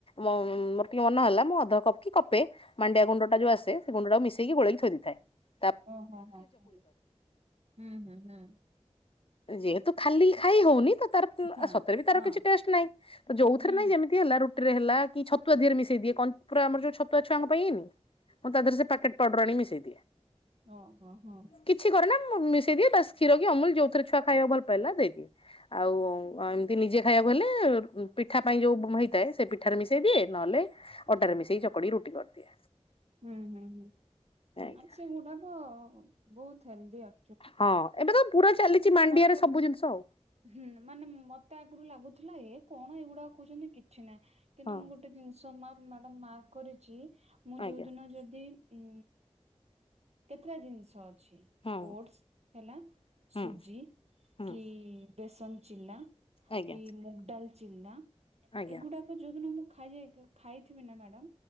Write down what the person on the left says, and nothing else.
ମୁଁ ମୋର୍ ଟିକେ ମନ ହେଲା ମୁଁ ଅଧ କପ୍ କି କପେ ମାଣ୍ଡିଆ ଗୁଣ୍ଡଟା ଯୋଉ ଆସେ ସେ ଗୁଣ୍ଡଟାକୁ ମିଶେଇ ମିଶେଇକି ଗୋଳେଇକି ଥୋଇ ଦେଇଥାଏ ।
ଯେହେତୁ ଖାଲି ଖାଇ ହଉନି ତ ତାର
ସତରେ ବି ତାର
କିଛି ଟେଷ୍ଟ୍ ନାଇଁ ଯୋଉଥିରେ
ନାଇଁ ଯେମିତି ହେଲା ରୁଟି ଟିରେ ହେଲା କି ଛତୁଆ ଦିହରେ ମିଶେଇ ଦିଏ କ ଆମର ଯୋଉ ଛତୁଆ ଛୁଆଙ୍କ ପାଇଁ ହେଇନି ମୁଁ ତା ଦିହ ରେ ସେ ପ୍ୟାକେଟ୍ ପାଉଡର୍ ଆଣିକି ମିଶେଇ ଦିଏ।
କିଛି କରେନା ମିଶେଇ ଦିଏ ବାସ କ୍ଷୀର କି ଅମୁଲ ଯୋଉଥିରେ ଛୁଆ ଖାଇବା ଭଲ ପାଇଲା ଦେଇଦିଏ ଆଉ ଏମିତି ନିଜେ ଖାଇଆକୁ ହେଲେ ପିଠା ପାଇଁ ଯୋଉ ହେଇଥାଏ ସେ ପିଠାରେ ମିଶେଇ ମିଶେଇ ଦିଏ ନହେଲେ ଅଟାରେ ମିଶେଇ ଚକଡି ରୁଟି କରିଦିଏ।
ଆଜ୍ଞା
ହଁ ଏବେ ତ ପୁରା ଚାଲିଛି ମାଣ୍ଡିଆରେ
ସବୁ ଜିନିଷ ଆଉ।
ହଁ
ଆଜ୍ଞା
ହଁ।
ହୁଁ
ହୁଁ
ଆଜ୍ଞା
ଆଜ୍ଞା